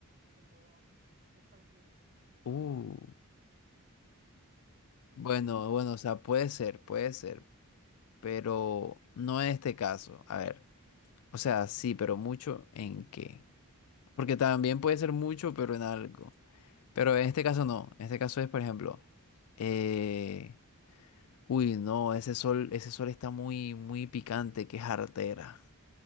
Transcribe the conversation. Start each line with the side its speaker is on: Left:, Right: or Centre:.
Right: Cuando es alguien,
Left: Uh,
Right: ¿sí? Sí,
Left: bueno,
Right: sí, sí, o-
Left: bueno, o sea, puede ser, puede ser. pero no en este caso. A ver, o sea, sí, pero mucho en qué. Porque también puede ser mucho, pero en algo. Pero en este caso no. En este caso es, por ejemplo, eh, uy, no, ese sol, ese sol está muy, muy picante, que es artera.